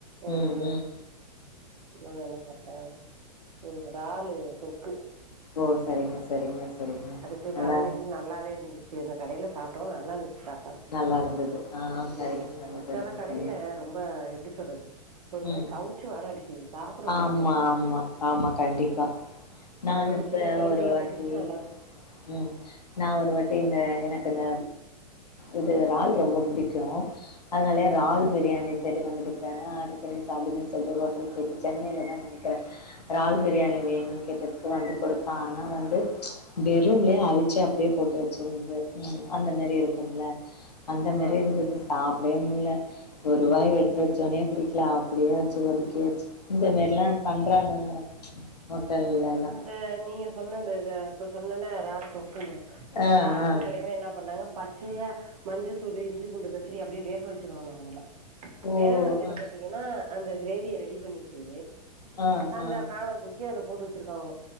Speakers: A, on the right; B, on the left.
A: ஒரு
B: ம் ம்
A: இன்னொன்னு என்ன சாப்ட்ட ம் இறாலு தொக்கு
B: ஓ சரிங்க சரிங்க சரிங்க
A: அதுக்கு
B: நல்லா
A: காம்பினேஷன் நல்லாவே இருந்துச்சு அந்த கடையில சாப்ட்டோ நல்லாருந்துச்சு சாப் பாடு
B: நல்லா இருந்தது ஆ சரிங்க
A: ம்
B: சரி சரிங்க
A: செல கடைல
B: தோழி
A: ரொம் ரொம்ப எப்டி சொல்றது ஒரு
B: ம்
A: மாரி கவுச்சி வாட அடிக்குது சாப்ட புடிக்க
B: ஆமா
A: மாட்டேங்குது
B: ஆமா ஆமா கண்டிப்பா நானு
A: அ ஒரு
B: கூட
A: சில கடைகள்ல
B: ஒருவாட்டி
A: பாத்தீங்கன்னா நல்லாருக்கும்.
B: ம் நா ஒருவாட்டி இந்த எனக்கு இந்த இது இறால் ரொம்ப புடிக்கும் அதனாலயே
A: ம்.
B: இறால் பிரியாணி சரி சமைப்ப ஆட்ரு பண்ணி சாப்புடுவோமேனு சொல்ட்டு ஹோட்டல் போயிட்டு சென்னனைல தா நெனைக்கிறே இறால் பிரியாணி வேணுன் கேட்டதுக்கு வந்து குடுத்தா ஆனா வந்து வெறும்லே அவிச்சி அப்டியே போட்டு வச்சிருந்து ம் அந்த மேரி இருக்கும்ல அந்த மேரி
A: ஆமா.
B: இருந்தது சாப்டவே முட்ல ஒரு வாய் எடுத்து வச்சோன்னே புடிக் கில அப்டியே வச்சு ஒதுக்கியாச்சு இந்த மேரில்லா பண்றாங்கங்கிற ஹோட்டல்லல்லா
A: அத நீங்க சொன்ன இந்த இத இப்ப சொன்னன இறால் தொக்குன்னு இந்த
B: ஆ,
A: இறால்
B: ஆ.
A: தொக்குலையுமே என்ன பண்ணாங்க ப ச்சையா மஞ்சத்தூளு இஞ்சி பூண்டு பெசரி அப்டியே வேக வெச்சிருவானுங்க போல
B: ஓ!
A: வேக வெச்சது
B: ஆ.
A: பாத்தீங் கன்னா அந்த கிரேவிய ரெடி பண்ணிட்டு
B: ஆ
A: அந்த
B: ஆ
A: பிரான தூக்கி அதுல போட்டு வச்சிருக்கானுவோ